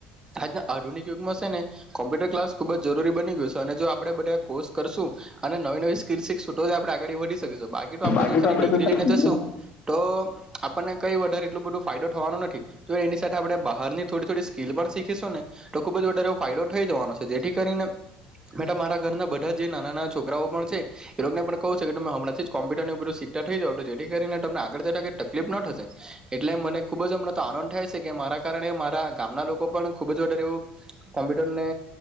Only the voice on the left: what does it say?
બાકી
તો
તો ખરી